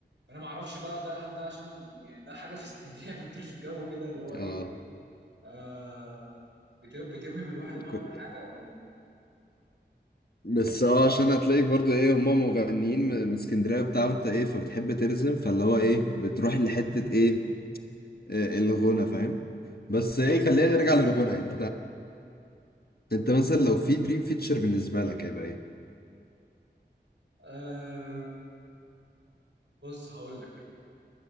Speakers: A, on the right; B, on the left.
A: فانا ما اعرفش بقى ده هل ده عشان يعني ده حاجه في اسكندريه <laughs> بتطير في الجو كده اللي هو ايه
B: اه
A: آه بتو- بتوهم الواحد ان هو
B: كل-
A: يعمل حاجه ولا ايه
B: بس اه عشان هتلاقيك برضو ايه هما مغنيين من من اسكندرية وبتاع وانت ايه فبتحب ترزم فاللي هو ايه بتروح لحتة
A: امم
B: ايه آه، الغنى فاهم بس ايه خلينا
A: ايوه بالظبط
B: نرجع للغنى يعني انت مثلا لو في دريم فيتشر بالنسبه لك هيبقى ايه؟
A: آه بص هقول لك